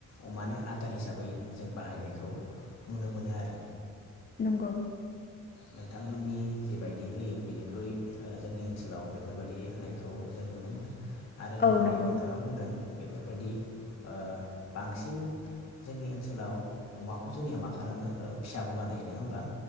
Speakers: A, on the left (about 60°); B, on the left (about 30°).
A: अमानो आदार हिसाबै जों बाहायनायखौ नुनो मोनो आरो।
B: नंगौ
A: नोंथांमोननि जिबायदि होयो बेनिख्रुइ जोंनि ओनसोलाव बेफोरबायदि होनायखौ जों नुनो मोनो। आरो
B: औ
A: दहाय
B: नंगौ
A: नोंथाङा बुंदों बेफोरबायदि ओ बांसिन जोंनि ओनसोलाव अमाखौ जोंनिया मा खालामो फिसाबो बानायो नङा होमबा?